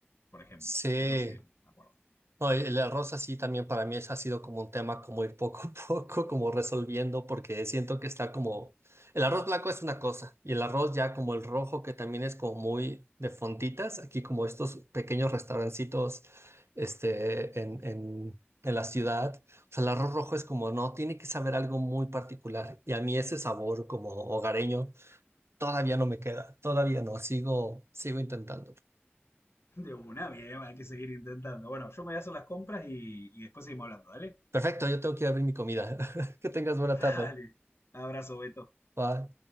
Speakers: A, on the left; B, on the right.
A: por ejemplo.
B: sí.
A: Eso sí, me acuerdo.
B: No, el el arroz así también para mí es, ha sido como un tema como ir poco a <laughs> poco como resolviendo porque siento que está como el arroz blanco es una cosa y el arroz ya como el rojo que también es como muy de fonditas aquí como estos pequeños restaurancitos este en, en, en la ciudad o sea el arroz rojo es como no tiene que saber algo muy particular y a mí ese sabor como hogareño todavía no me queda todavía no sigo sigo intentando
A: <laughs> De una, bien, hay que seguir intentando. Bueno, yo me voy a hacer las compras y, y después seguimos hablando, ¿dale?
B: perfecto yo tengo que ir a abrir mi comida <laughs> que tengas buena
A: <laughs>
B: tarde
A: Dale. Abrazo, Beto.
B: Bye.